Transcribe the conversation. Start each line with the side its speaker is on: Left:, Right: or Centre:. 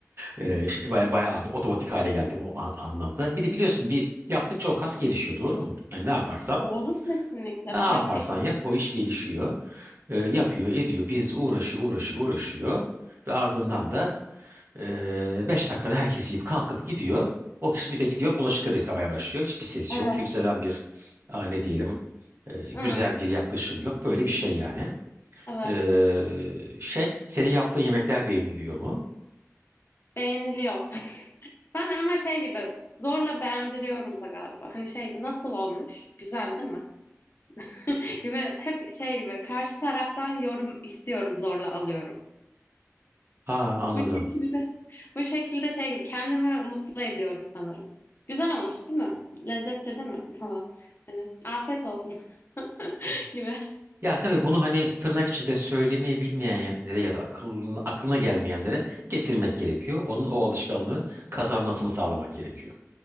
Right: Ee, şey, baya baya artık otomatik hale geldim o a- anlamda. Bir de biliyorsun bir yaptıkça o kas gelişiyor doğru mu? Hani ne yaparsan
Left: Doğru kesinlikle
Right: ne yaparsan
Left: pratik.
Right: yap o iş gelişiyor. Ee, yapıyor ediyor. Birisi uğraşıyor uğraşıyor uğraşıyor. Ve ardından da ee, beş dakikada herkes yiyip kalkıp gidiyor. O kişi bir de gidiyor bulaşıkları yıkamaya başlıyor. Hiçbir ses
Left: Evet.
Right: yok. Kimseden bir aa, ne diyelim e, güzel
Left: Hı,
Right: bir yaklaşım yok. Böyle bir şey yani.
Left: evet.
Right: Ee, şey senin
Left: Doğru.
Right: yaptığın yemekler beğeniliyor mu?
Left: Beğeniliyor. <laughs> Ben ama şey gibi zorla beğendiriyorum da galiba. Hani şey gibi, nasıl olmuş? Güzel değil mi? <laughs> Gibi hep şey gibi karşı taraftan yorum istiyorum zorla alıyorum.
Right: Ha anladım.
Left: Bu şekilde, bu şekilde şey gibi kendimi mutlu ediyorum sanırım. Güzel olmuş değil mi? Lezzetli değil mi? Falan. Hani afiyet olsun <laughs> gibi.
Right: Ya tabii bunu hani tırnak içinde söylemeyi bilmeyenlere ya da aklına, aklına gelmeyenlere getirmek gerekiyor. Onun o alışkanlığı kazanmasını sağlamak gerekiyor.